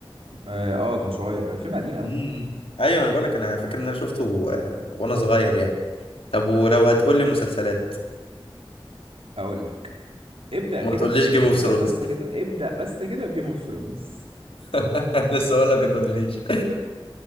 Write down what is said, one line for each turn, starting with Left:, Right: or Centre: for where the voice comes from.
Right: اه آه، كان صغير الفيلم قديم قوي
Left: امم ايوه انا بقول لك انا فاكر ان انا شفته آه، وانا صغير يعني طب ولو هتقول لي مسلسلات
Right: هقول لك ابدأ
Left: وما
Right: كده
Left: تقوليش جيم اوف
Right: ابدأ
Left: ثرونز
Right: بس كده ابدأ بس كده بجيم اوف ثرونز
Left: <laughs> لسه اقول لك ما تقوليش